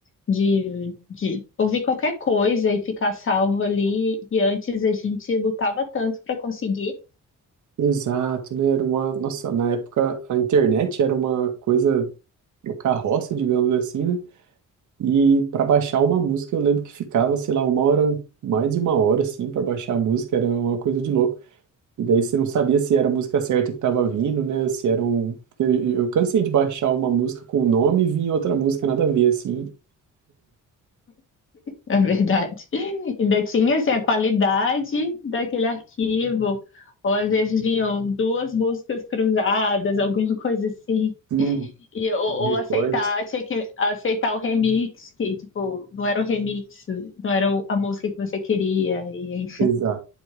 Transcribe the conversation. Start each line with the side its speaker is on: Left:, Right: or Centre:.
Left: de, de ouvir qualquer coisa e ficar salvo ali. E antes a gente lutava tanto para conseguir,
Right: Exato, né? Era uma. Nossa, na época a internet era uma coisa, uma carroça, digamos assim, né? E para baixar uma música, eu lembro que ficava, sei lá, uma hora, mais de uma hora, assim, para baixar a música, era uma coisa de louco. E daí você não sabia se era a música certa que tava vindo, né? Se era um. porque Eu eu cansei de baixar uma música com o nome e vinha outra música nada a ver, assim.
Left: é verdade. <laughs> Ainda tinha assim, a qualidade daquele arquivo, ou às vezes vinham duas músicas cruzadas, alguma coisa assim.
Right: Sim,
Left: E, ou,
Right: recortes.
Left: ou aceitar, tinha que aceitar o remix, que tipo, não era o remix, não era o- a música que você queria, e
Right: Exato.